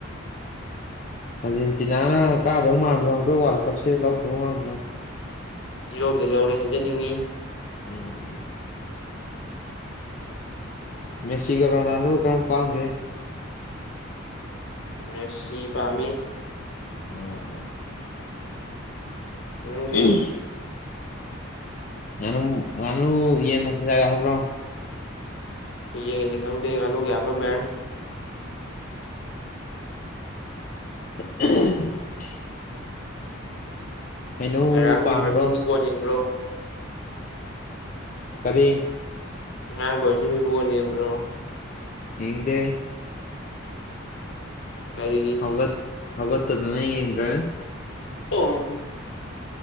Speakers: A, on the left (about 40°); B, on the left (about 60°).
A: ꯑꯥꯔꯖꯦꯟꯇꯤꯅꯥꯅ ꯀꯥꯗꯧ ꯃꯥꯟꯕ꯭ꯔꯣ ꯍꯟꯇꯛ ꯋꯥꯜ ꯀꯞꯁꯦ ꯂꯧꯗꯧ ꯃꯥꯟꯕ꯭ꯔꯣ
B: ꯏꯔꯧꯗ ꯂꯧꯔꯦ ꯍꯥꯏꯖꯅꯤꯡꯉꯤ
A: ꯎꯝ ꯃꯦꯛꯁꯤꯒꯣ ꯔꯣꯅꯥꯜꯗꯣ ꯀꯔꯝ ꯄꯥꯝꯖꯦ
B: ꯃꯦꯁꯤ ꯄꯥꯝꯃꯤ
A: ꯑꯣ
B: ꯅꯪꯗꯤ
A: <unintelligible> ꯉꯥꯅꯨ ꯉꯥꯅꯨ ꯌꯦꯟ ꯃꯆꯤꯟꯖꯥꯛ ꯌꯥꯎꯍꯧꯕ꯭ꯔꯣ?
B: ꯌꯦꯟꯒꯤꯗꯤ ꯈꯪꯗꯦ, ꯉꯥꯅꯨꯒꯤ ꯍꯥꯞꯄꯝꯃꯦ꯫
A: <inaudible> ꯍꯩꯅꯧ
B: ꯉꯔꯥꯡꯒꯤ
A: ꯄꯥꯝꯕ꯭ꯔꯣ
B: ꯚꯔꯖꯤꯟꯒꯤ ꯒꯣꯟ ꯌꯦꯡꯕ꯭ꯔꯣ?
A: ꯀꯔꯤ?
B: ꯚꯔꯖꯤꯟꯒꯤ ꯕꯣꯟ ꯌꯦꯡꯕ꯭ꯔꯣ?
A: ꯌꯦꯡꯗꯦ꯫
B: ꯀꯔꯤꯒꯤ?
A: ꯍꯧꯒꯠ ꯍꯧꯒꯠꯇꯗꯅ ꯌꯦꯡꯗ꯭ꯔꯦ꯫
B: <unintelligible>